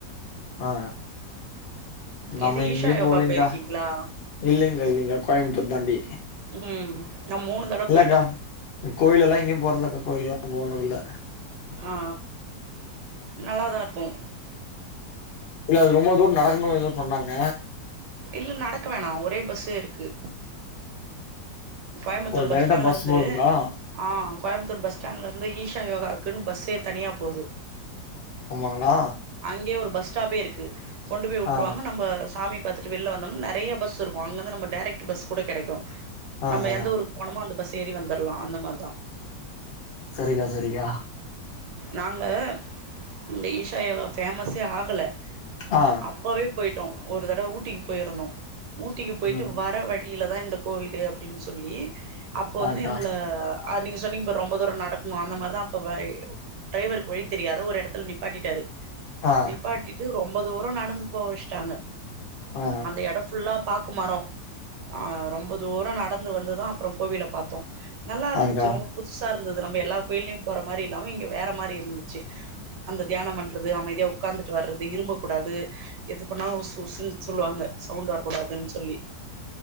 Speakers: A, on the left (about 60°); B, on the right (about 75°).
A: ஆ நம்ம
B: இது
A: எங்கேயும்
B: ஈஷா யோகா
A: போலைங்க்கா
B: போயிருக்கீங்களா
A: இல்லிங்க இல்லிங்க கோயம்புத்தூர் தாண்டி
B: ம் நா மூணு தடவ
A: இல்லக்கா
B: போயிட்டோ
A: கோயிலல்லாம் எங்கேயும் போறதக்கா கோயிலல்லாம் போனதுல்ல
B: ஆ நல்லாதான் இருக்கும்
A: இல்ல அது ரொம்ப தூரம் நடக்கணும் ஏதோ சொன்னாங்க
B: இல்ல நடக்க வேணா ஒரே பஸ்ஸே இருக்கு கோயம்புத்தூர்
A: ஒரு
B: பஸ்
A: டைரெக்டா
B: ஸ்டாண்ட்லருந்து
A: போதுங்களா
B: ஆ கோயம்புத்தூர் பஸ் ஸ்டாண்ட்ல இருந்து ஈஷா யோகாக்குன்னு பஸ்ஸே தனியா போவுது
A: ஆமாங்களா
B: அங்கேயே ஒரு பஸ் ஸ்டாப்பே இருக்கு கொண்டு போய் விட்டுருவாங்க
A: ஆ
B: நம்ம சாமி பாத்துட்டு வெளில வந்தோம்னா நெறைய பஸ் இருக்கும் அங்கேந்து நம்ம டைரக்ட் பஸ் கூட கிடைக்கும்
A: ஆ
B: நம்ம
A: ஆ
B: எந்த ஒரு போனமா அந்த பஸ் ஏறி வந்துடலாம் அந்த மாதிரிதான்
A: சரிகா சரிகா
B: நாங்க இந்த ஈசா யோகா ஃபேமஸே ஆகல
A: ஆ
B: அப்பவே போயிட்டோ ஒரு தடவ ஊட்டிக்கு போயிருந்தோ ஊட்டிக்கு போயிட்டு
A: ம்
B: வர வழியிலதா இந்த கோவிலே அப்டின் சொல்லி அப்ப வந்து
A: ஆங்க்கா
B: எங்கள அ நீங்க சொன்னீங்க பாரு ரொம்ப தூரொ நடக்கணு அந்த மாரிதா அப்ப வைவ் டிரைவருக்கு வழி தெரியாத ஒரு எடத்துல நிப்பாட்டிட்டாரு
A: ஆ
B: நிப்பாட்டிட்டு ரொம்ப தூரொ நடந்து போ வச்சுட்டாங்க
A: ஆ
B: அந்த எடொ ஃபுல்லா பாக்கு மரோ ஆ ரொம்ப தூரோ நடந்து வந்துதா அப்புறோ கோவில பாத்தோ நல்லா இருந்துச்சு
A: ஆங்க்கா
B: ரொம்ப புதுசா இருந்தது நம்ப எல்லா கோயிலயு போற மாரி இல்லாம இங்க வேற மாரி இருந்துச்சு அந்த தியானம் பண்றது அமைதியா உக்காந்துட்டு வர்றது இரும்பக்கூடாது எது பண்ணாலு உஸ் உஸ்ன்னு சொல்லுவாங்க சவுண்ட் வரக்கூடாதுன்னு சொல்லி